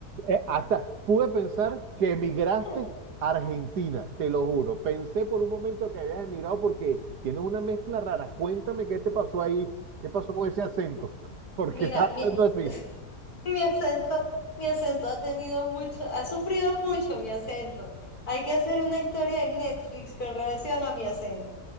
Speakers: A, on the right (about 75°); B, on the left (about 60°).
A: eh, hasta pude pensar que emigraste
B: <clears throat>
A: a Argentina, te lo juro. Pensé por un momento que habías emigrado porque tienes una mezcla rara. Cuéntame qué te pasó ahí, qué pasó con ese acento, <laughs> porque
B: Mira,
A: estás
B: mi,
A: hablando así,
B: <laughs> mi acento, mi acento ha tenido mucho, ha sufrido mucho mi acento. Hay que hacer una historia en Netflix con relación a mi acento.